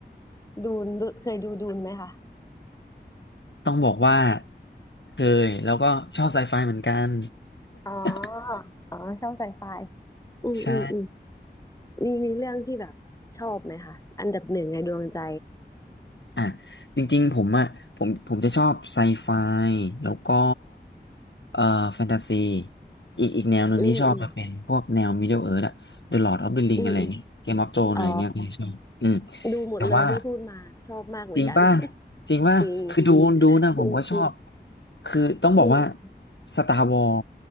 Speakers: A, on the left (about 20°); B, on the left (about 85°).
A: ดูนดูเคยดูดูนไหมคะ
B: ต้องบอกว่าเคยแล้วก็ชอบไซไฟเหมือนกัน
A: อ๋อ
B: <laughs>
A: อ๋อ ชอบไซไฟอืมอืมอืม
B: ใช่
A: มีมีเรื่องที่แบบชอบไหมคะอันดับหนึ่งในดวงใจ
B: อ่ะจริงๆผมอ่ะผมผมจะชอบไซไฟแล้วก็เอ่อแฟนตาซีอีกอีกแนวหนึ่งที่ชอบจะเป็นพวกแนว
A: อืมอืม
B: Middle Earth อะ The Lord of the Ring
A: อืมอืม
B: อะไรเงี้ย Game of Thrones
A: อ๋อ
B: อะไรเงี้ยผมชอบอืม
A: ดูหมดเลยที่พูดมาชอบมากเหมือนกัน
B: แต่ว่าจริงป่ะ
A: <laughs>
B: จริงป่ะคือดูดูนะผมก็ชอบ
A: จริงจริง
B: คือต้องบอกว่า
A: อืม
B: Star Wars